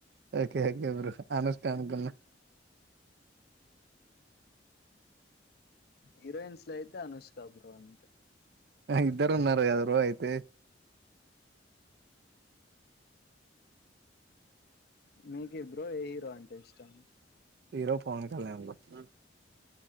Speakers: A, on the right; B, on the left.
A: Okay okay bro Anushka అనుకున్న. <inaudible>
B: హీరోయిన్స్ లో అయితే అనుష్క బ్రో అంతే.
A: ఇద్దరు ఉన్నారు కదా బ్రో అయితే.
B: మీకు బ్రో ఏ హీరో అంటే ఇష్టం.
A: Hero Pawan Kalyan bro.